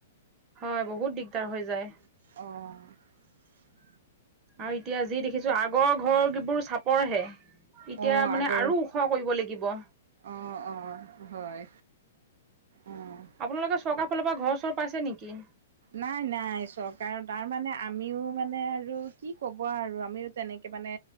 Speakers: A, on the right; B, on the right.
A: হয় বহুত দিগদাৰ হৈ যায়।
B: অঁ।
A: আৰু এতিয়া যি দেখিছো আগ আগৰ ঘৰিবোৰ চাপৰহে এতিয়া
B: অ',
A: মানে
B: আগৰ
A: আৰু ওখ কৰিব লাগিব।
B: অ অ হয়। অ'।
A: আপোনালোকে চৰকাৰ ফালৰ পৰা ঘৰ চৰ পাইছে নেকি?
B: নাই নাই চৰকাৰ তাৰমানে আমিও মানে আৰু কি কব আৰু আমিও তেনেকে কে মানে